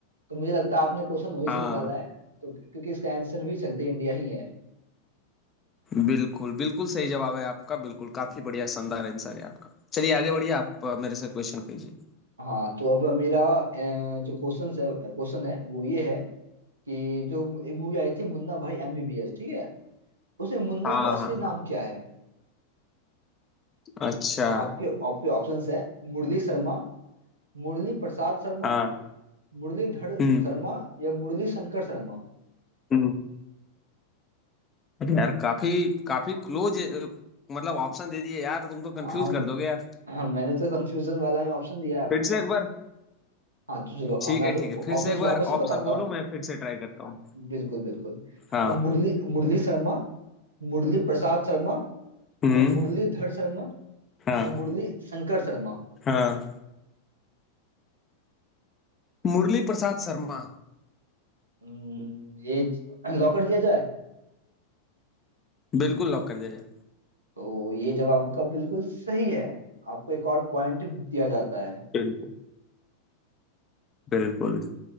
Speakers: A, on the right; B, on the left.
A: तो मुझे लगता है आपने क्वेश्चन वहीं
B: हाँ
A: से निकाला है तो क्योंकि इसका आंसर भी चक दे इंडिया ही है
B: बिल्कुल, बिल्कुल सही जवाब है आपका, बिल्कुल काफ़ी बढ़िया शानदार आंसर है आपका। चलिए आगे बढ़िए आप अ, मेरे से क्वेश्चन कीजिए।
A: हाँ तो अब मेरा अ, जो क्वेश्चन है क्वेश्चन है वो ये है कि जो मूवी आई थी मुन्ना भाई एमबीबीएस ठीक है उसमें मुन्ना
B: हाँ,
A: का असली
B: हाँ,
A: नाम
B: हाँ,
A: क्या है
B: अच्छा,
A: आपके आपके ऑप्शंस है मुरली शर्मा मुरली प्रसाद शर्मा
B: हाँ,
A: मुरलीधर
B: हुँ,
A: शर्मा या मुरली शंकर शर्मा
B: हुँ। अरे यार काफ़ी काफ़ी क्लोज अ, मतलब ऑप्शन दे दिए यार, तुम तो कन्फ्यूज़
A: हम
B: कर दोगे यार।
A: हम मैंने तो कंफ्यूजन वाला ही ऑप्शन दिया है
B: फिर
A: आपको
B: से एक बार
A: हाँ तो चलो अ,
B: ठीक
A: मैं आपको
B: है, ठीक
A: आपको
B: है, फिर
A: ऑप्शंस
B: से एक बार
A: वापस से
B: ऑप्शन
A: बताता
B: बोलो
A: हूँ
B: मैं फिर से ट्राई करता हूँ।
A: बिल्कुल बिल्कुल
B: हाँ,
A: अ, मुरली मुरली शर्मा मुरली प्रसाद शर्मा
B: हुँ,
A: अ, मुरलीधर शर्मा
B: हाँ,
A: या मुरली शंकर शर्मा
B: हाँ, मुरली प्रसाद शर्मा,
A: हम्म, ये लॉक कर दिया जाए
B: बिल्कुल लॉक कर दिया जाए।
A: तो ये जवाब आपका बिल्कुल सही है आपको एक और पॉइंट दिया जाता है
B: बिल्कुल, बिल्कुल।